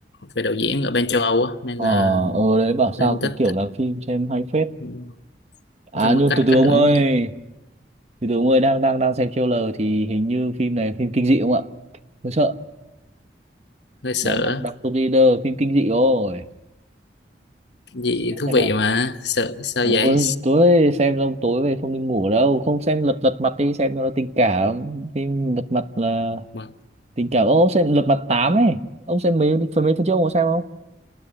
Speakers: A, on the left; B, on the right.
A: về đạo diễn ở bên châu Âu á nên
B: Ờ,
A: là
B: ờ đấy bảo sao
A: nên thích
B: cái kiểu làm phim xem hay phết.
A: ừ,
B: À
A: nói chung là
B: nhưng
A: cách
B: từ từ
A: cách
B: ông
A: ông
B: ơi, từ từ ông ơi đang đang đang xem trailer thì hình như phim này phim kinh dị không ạ? Tôi sợ.
A: hơi sợ
B: Đang đang đọc top leader phim kinh dị rồi.
A: cái gì
B: Xem
A: thú
B: thế nào.
A: vị mà sợ sao
B: Ôi,
A: vậy
B: tối xem xong tối về không đi ngủ đâu, không xem lật lật mặt đi xem cho nó tình cảm. Phim lật mặt là
A: mà
B: tình cảm. Ô, ông xem lật mặt 8 ấy. Ông xem mấy phần mấy phần trước ông có xem không?